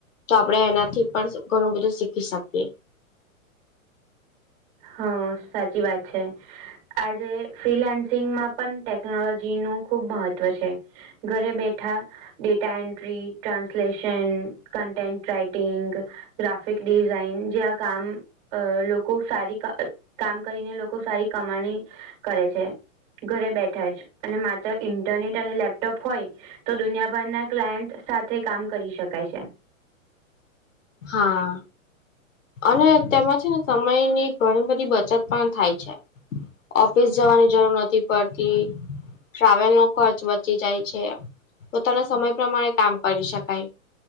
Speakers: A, on the left (about 65°); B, on the right (about 25°).
A: તો આપણે એનાથી પણ ઘણું બધું શીખી શકીએ.
B: હા સાચી વાત છે. આજે ફ્રીલાન્સિંગમાં પણ ટેકનોલોજી નું ખુબ મહત્વ છે. ઘરે બેઠા. Data entry translation, content writing graphic design જે આ કામ અ લોકો સારી. ક- કામ કરીને લોકો‌ લોકો સારી કમાણી કરે છે. ઘરે બેઠા છે અને માત્ર ઇન્ટરનેટ અને લેપટોપ હોય. તો દુનિયાભરના ક્લાયન્ટ સાથે કામ કરી શકાય છે.
A: હા. અને તેમાં છે ને સમયની ઘણી બધી બચત પણ થાય છે. ઓફિસ જવાની જરૂર નથી પડતી ટ્રાવેલ નો ખર્ચ બચી જાય છે. પોતાના સમય પ્રમાણે કામ કરી શકાય.